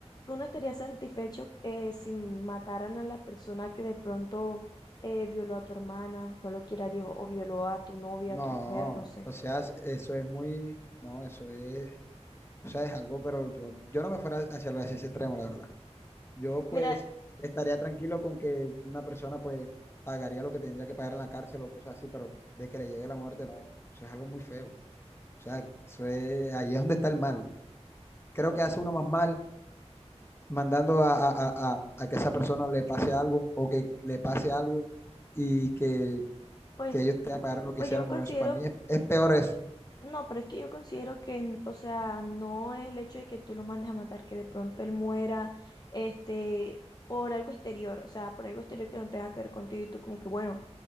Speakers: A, on the left; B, on the left.
A: tú no estarías satisfecho eh, si mataran a la persona que de pronto eh, violó a tu hermana, no lo quiera Dios, o violó a tu novia,
B: No,
A: a tu mujer, no sé.
B: o sea, s- eso es muy, no, eso es, o sea, es algo, pero yo, yo no me fuera hacia, lo- hacia ese extremo, la verdad. Yo pues
A: Mira,
B: estaría tranquilo con que una persona pues pagaría lo que tendría que pagar en la cárcel o cosas así, pero de que le llegue la muerte, no, eso es algo muy feo. O sea, eso es, ahí es donde está el mal. Creo que hace uno más mal mandando a, a- a- a- a que esa persona le pase algo o que le pase algo y que,
A: pues,
B: que ellos tengan que pagar lo que
A: pues
B: hicieron
A: yo
B: con
A: considero,
B: eso. Para mí es, es peor eso.
A: no, pero es que yo considero que, n- o sea, no es el hecho de que tú lo mandes a matar, que de pronto él muera, este, por algo exterior, o sea, por algo exterior que no tenga que ver contigo y tú como que, bueno,